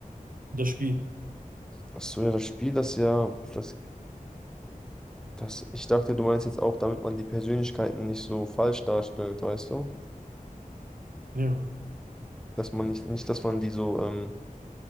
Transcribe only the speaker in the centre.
Ach so, ja, das Spiel, das ja, das, das, ich dachte, du meinst jetzt auch, damit man die Persönlichkeiten nicht so falsch darstellt, weißt du?
Dass man nicht, nicht, dass man die so, ähm,